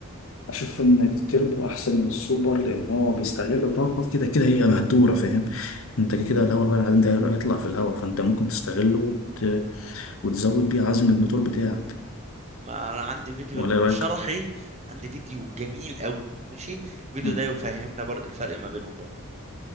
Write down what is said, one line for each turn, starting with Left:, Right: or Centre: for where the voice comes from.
Left: أشوف إن التربو أحسن من السوبر لأن هو بيستغل طاقة كده كده هي مهدورة فاهم أنت كده كده الهواء طالع بعدين ده هيطلع في الهواء فأنت ممكن تستغله وت... وتزود بيه عزم الموتور بتاعك
Right: ما انا عندي فيديو
Left: ولا إيه رأيك؟
Right: شرحي عندي فيديو جميل قوي ماشي الفيديو
Left: مم.
Right: ده يفهمنا بر- الفرق ما بينهم برضه